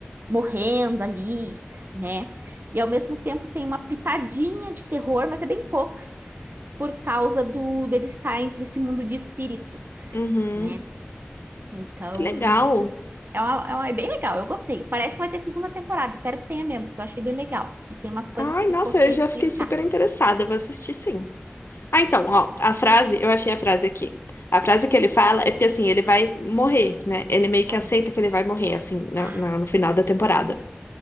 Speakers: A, on the right; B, on the left.
A: morrendo ali, né? E ao mesmo tempo tem uma pitadinha de terror, mas é bem pouca, por causa do dele estar entre esse mundo de espíritos,
B: Uhum.
A: né? Então,
B: Que legal.
A: é, uma, é, uma, é, bem legal, eu gostei. Parece que vai ter segunda temporada, espero que tenha mesmo, porque eu achei bem legal. E tem umas coisas
B: Ai,
A: que ficou
B: nossa,
A: sem
B: eu já
A: explicar.
B: fiquei super interessada. Eu vou assistir sim. Ah, então, ó, a frase, eu achei a frase aqui. A frase que ele fala é porque, assim, ele vai morrer, né? Ele meio que
A: Ah,
B: aceita que ele vai morrer, assim, na-
A: ah
B: na- no
A: tá.
B: final da temporada.